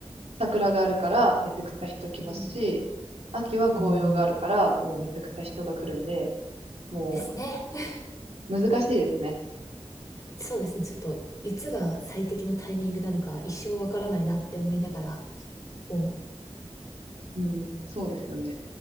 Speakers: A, on the right (about 75°); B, on the left (about 30°).
A: 桜があるからめちゃくちゃ人来ますし、
B: うん。
A: 秋は紅葉があるからもうめちゃくちゃ人が来るんで、
B: うん。
A: も
B: ですね。<laughs>
A: う難しいですね。
B: そうですね。ちょっと、いつが最適のタイミングなのか、一生わからないなって思いながら、もう
A: うん、そうですよね。